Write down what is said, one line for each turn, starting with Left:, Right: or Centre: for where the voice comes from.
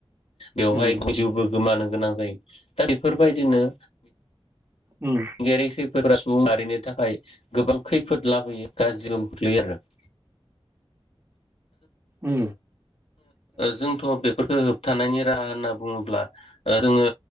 Left: बेवहाय
Right: उम
Left: जिउबो गोमानो गोनां जायो दा बेफोरबायदिनो
Right: उम
Left: <unintelligible> खैफोदा सुबुं माहारिनि थाखाय गोबां खैफोद लाबोयो गाज्रिबो खोख्लैयो आरो <inaudible>
Right: उ
Left: जोंथ' बेफोरखौ होबथानायनि राहा होनना बुङोब्ला जोङो